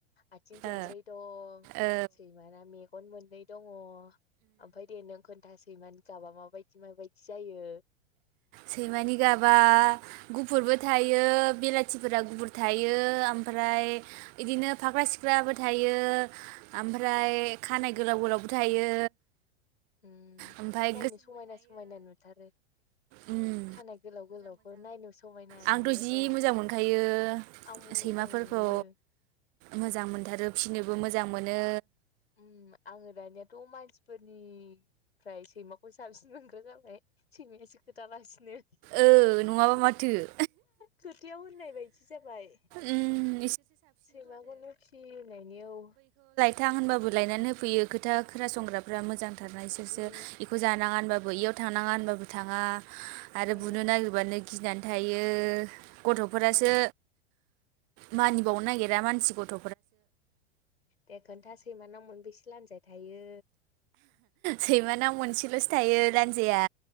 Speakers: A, on the left; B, on the right.
A: आथिं दोंब्रै
B: ओ
A: दं
B: औ
A: सैमाना मेगन मोननै दङ ओमफ्राय दे नों खोन्थासैमानि गाबा माबायदि माबायदि जायो
B: सैमानि गाबा गुफुरबो थायो बेलाथिफोरा गुफुर थायो ओम फ्राय बिदिनो फाख्रा सिख ख्राबो थायो ओमफ्राय खानाय गोलाव गोलावबो थायो
A: ओम
B: ओमफाय
A: नायनो समायना समायना नुथारो
B: ओम
A: खानाय गोलाव गोलावखौ नायनो समायना
B: आंथ'
A: नुयो
B: जि
A: औ
B: मोजां मोनखायो
A: आंबो
B: सैमाफोरखौ
A: मोजां नुयो
B: मोजां मोनथारो फिसिनोबो मोजां मोनो
A: ओम आङो दानियाथ' मानसिफोरनिफ्राय सैमाखौ साबसिन मोनग्रा जाबाय सैमायासो खोथालासिनो
B: ओ नङाबा माथो <unintelligible>
A: खोथायाव होननाय बायदि जाबाय।
B: ओम
A: सैमाखौनो फिसिनायनि औ
B: खोथा होनबाबो लायनानै होफैयो खोथा खोनासंग्राफ्रा मोजांथार इसोरसो
A: उम
B: इखौ जानाङा होनबा बैयाव थांनाङा होनबाबो थाङा आरो
A: ओ
B: बुनो नागिरबानो गिनानै थायो गथ'फोरासो
A: उम
B: मानिबावनो नागिरा मानसि गथ'
A: दे खोन्था सैमानाव मोनबेसे लानजाय थायो
B: सैमाना मोनसेल'सो थायो लान्जाया